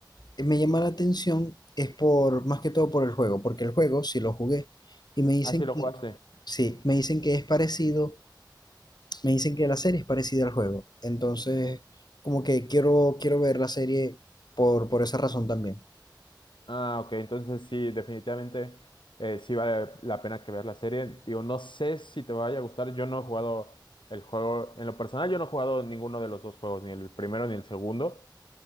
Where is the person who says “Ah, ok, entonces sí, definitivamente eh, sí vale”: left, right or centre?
Left